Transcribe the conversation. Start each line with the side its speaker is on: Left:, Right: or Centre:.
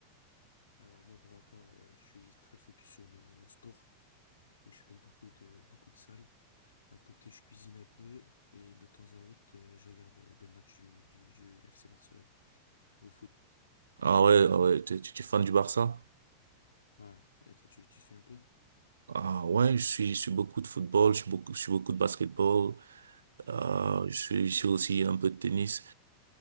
Left: Alors moi, pour ma part, euh, je suis très focus sur le, le sport. Donc, je fais beaucoup de, beaucoup de salles. À côté, je cuisine un peu et de temps à autre, euh, je regarde des, des matchs du, du, du FC Barcelone au foot.
Right: Ah ouais, ah ouais, t'es, tu tu es fan du Barça?
Left: Ouais. Et toi, tu, tu suis un peu?
Right: Ah ouais, je suis, je suis beaucoup de football, je suis beaucoup, je suis beaucoup de basketball, euh, je suis, je suis aussi un peu de tennis.